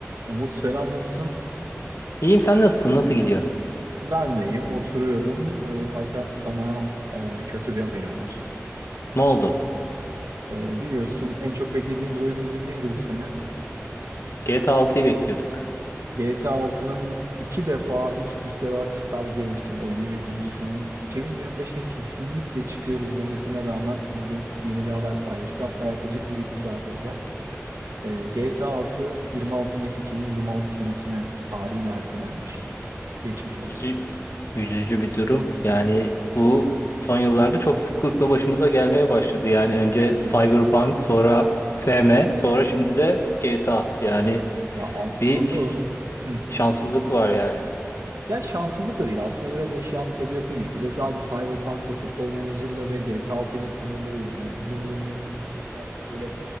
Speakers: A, on the right (about 80°); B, on the left (about 65°).
A: Umut selam nasılsın?
B: İyiyim sen nasılsın? Nasıl gidiyor?
A: Ben deyim oturuyorum Ee, fakat sana e, kötü bir haberim var.
B: Ne oldu?
A: Ee, biliyorsun en çok beklediğimiz oyun bizim neydi bu sene?
B: GTA 6'yı bekliyorduk.
A: GTA 6'nın iki defa üst üste Rockstar Games'in oyunun yapımcısının 2025'te kesinlikle çıkıyoruz demesine rağmen bugün yeni bir haber paylaştı. Hatta yaklaşık bir iki saat evvel. Ee, GTA 6 26 Mayıs 2026 senesine tarihine ertelenmiş. Geçmiş olsun.
B: Üzü- Üzücü bir durum. Yani bu son yıllarda çok sıklıkla başımıza gelmeye başladı. Yani önce Cyberpunk, sonra FM, sonra şimdi de GTA. Yani
A: Ya aslında
B: bir ş-
A: o... Hı.
B: şanssızlık var yani.
A: Ya şanssızlık da değil. Aslında biraz eşyanın tabiatı gibi. Bir de sadece Cyberpunk'la, Football Manager'la ve GTA 6 ile sınırlı değil. Yani bugün oyunların maliyeti artık böyle